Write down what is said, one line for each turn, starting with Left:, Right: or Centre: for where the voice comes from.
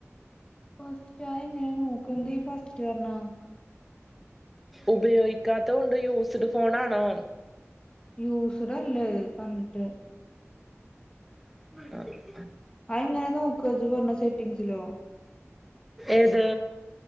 Left: ഫസ്റ്റായ എങ്ങനെ നോക്കന്തി ഫസ്റ്റ് ഇയറിനാ
Centre: ഉപയോഗിക്കാത്ത കൊണ്ട് യൂസ്ഡ് ഫോണാണോ
Left: യൂസ്ഡ് അല്ലേ കണ്ടിട്ട്
Centre: <inaudible>
Left: അതെങ്ങനെ നോക്കെജി പറഞ്ഞ സെറ്റിങ്സിലോ
Centre: ഏത്